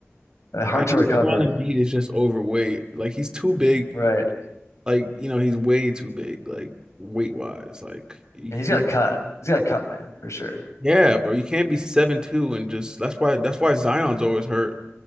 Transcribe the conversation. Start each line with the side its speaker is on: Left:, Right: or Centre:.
Left: uh, hard
Right: I think
Left: to recover,
Right: Joel Embiid is just overweight. Like he's too big.
Left: right?
Right: Like, you know, he's way too big, like weight wise. Like you,
Left: And he's got
Right: you
Left: to cut. He's got to cut, man, for sure.
Right: Yeah, bro. You can't be seven two and just that's why that's why Zion's always hurt.